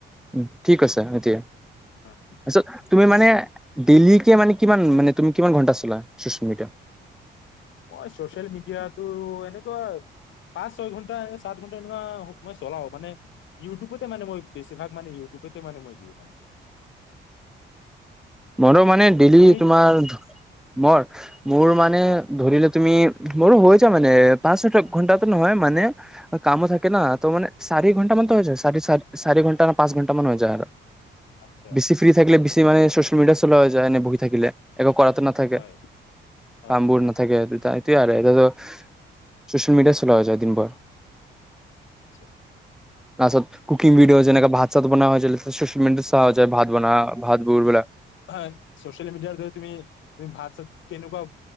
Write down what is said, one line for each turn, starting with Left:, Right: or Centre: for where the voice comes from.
Centre: উ ঠিক আছে এতিয়া।
Left: উম,
Centre: আচ্ছা তুমি মানে ডেইলিকে মানে কিমান মানে তুমি কিমান ঘণ্টা চলা ছ'চিয়েল মিডিয়া?
Left: মই ছ'চিয়েল মিডিয়াতো এনেকুৱা পাঁচ ছয় ঘন্টা- সাত ঘণ্টা এনেকুৱা মই চলাও। মানে- ইউটিউবতে মানে মই বেছিভাগ মানে ইউটিউবতে মানে মই দিওঁ মানে।
Centre: মোৰো মানে ডেইলি
Left: তুমি
Centre: তোমাৰ মৰ- মোৰ মানে ধৰিলে তুমি, মোৰো হৈ যায় মানে পাঁচ ছ ঘন্টাটো নহয় মানে, কামো থাকে না ত মানে চাৰি ঘণ- টা মানটো
Left: হয়
Centre: হৈ যায়। চাৰি চা চাৰি ঘণ্টা, পাঁচ ঘন্টা মান হৈ যায় আৰু।
Left: আচ্ছা
Centre: বেছি- ফ্ৰী থাকিলে বেছি মানে চ'চিয়েল মিডিয়া চলা হৈ যায় এনে বহি থাকিলে। একো কৰাটো নাথাকে।
Left: হয় হয়
Centre: কামবোৰ ন- থাকে দুটা। এইটোৱে আৰু এটাতো চ'চিয়েল মিডিয়া চলোৱা হৈ যায় দিন ভৰ।
Left: আটচা।
Centre: তাৰপাছত কুকিং ভিডি'অ যেনেকে ভাত চাত বনোৱা হৈ যে চোচিয়েল মিডিয়াত চাওঁ যায় ভাত বনোৱা ভাত গুৰ বিলাক।
Left: হয়। চোচিয়েল মিডিয়াৰ দ্বাৰা তুমি, তুমি ভাত-চাত কেনেকুৱা-